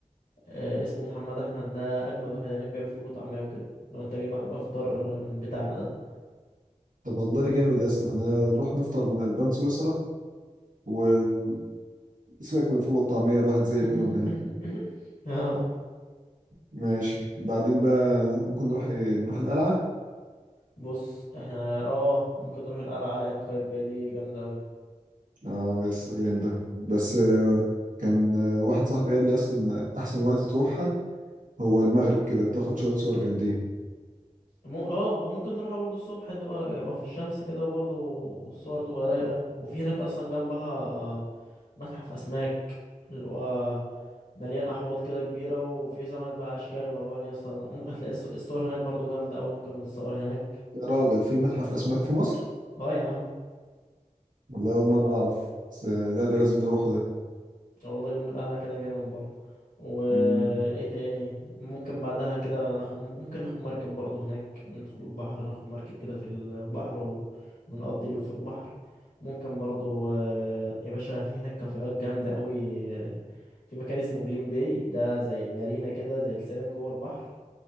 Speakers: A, on the left; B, on the right.
A: آه اسمه محمد احمد ده اجمد واحد هناك بيعمل فول وطعميه وكده لو انت جاي معاك بقى فطار من بتاعنا ده
B: طب والله جامد يا اسطى احنا نروح نفطر من البان سويسرا وسيبك من الفول والطعمية الواحد زهق
A: <laughs>
B: منهم هنا
A: <laughs> اه
B: ماشي بعدين بقى ممكن نروح ايه نروح القلعة
A: بص احنا اه ممكن نروح القلعة قلعة قايتباي دي جامدة اوي
B: اه يا اسطى جامدة بس آه، كان آه، واحد صاحبي قال لي يا اسطى ان احسن وقت تروحها هو المغرب كده بتاخد شوية صور جامدين
A: مو... اه ب- ممكن نروحها برضو الصبح تبقى يبقى في الشمس كده وبرضو الصور تبقى رايقة وفي هناك اصلا جنبها متحف اسماك اللي هو مليان احواض كده كبيرة وفي سمك بقى اشكال والوان اصلا هتلاقي الص- الصور هناك برضو جامدة اوي ممكن نتصور هناك
B: يا راجل في متحف اسماك في مصر
A: اه يا عم
B: والله اول مره اعرف بس لا ده لازم نروحه ده
A: واخدة جنب القلعة كده جامد برضه وايه
B: امم
A: تاني ممكن بعدها كده ناخد ممكن ناخد مركب برضه هناك ندخل البحر ناخد مركب كده في البحر و... ونقضي اليوم في البحر ممكن برضه آه، يا باشا في هناك كافيهات جامدة قوي آه، في مكان اسمه جليم باي ده زي مارينا كده زي لسان جوه البحر